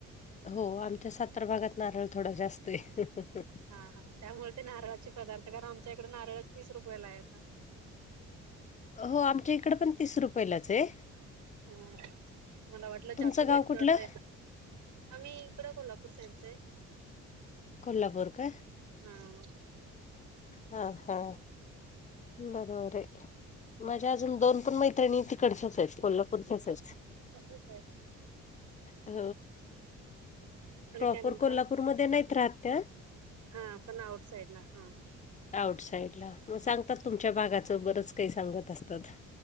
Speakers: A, on the left; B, on the right.
A: हो आमच्या सातरा भागात नारळ थोडा जास्त आहे.
B: हा हा. त्यामुळे ते नारळाचे पदार्थ कारण आमच्या इकडे नारळ तीस रुपयेला आहेता.
A: हो आमच्या इकडे पण तीस रुपयाेलाच आहे.
B: ह मला वाटलं
A: तुमचं
B: जास्त
A: गाव
B: भेटतीवडते.
A: कुठलं
B: आम्ही इकड कोल्हापूर साईडचं आहे
A: कोलपूर का?
B: हा.
A: हा हा बरोबर आहे. माझ्या अजून दोन पण मैत्रिणी तिकडच्याच आहेत कोल्हापूरच्याचच.
B: हो काय
A: अ
B: आणि
A: प्रॉपर
B: काय म्हणता
A: कोल्हापूरमध्येध्ये नाहीत राहत्या.
B: हा पण आउट साईड ला हा.
A: आउट साइड ला मग सांगतात तुमच्या भागाचं बरंच काही सांगत असतात.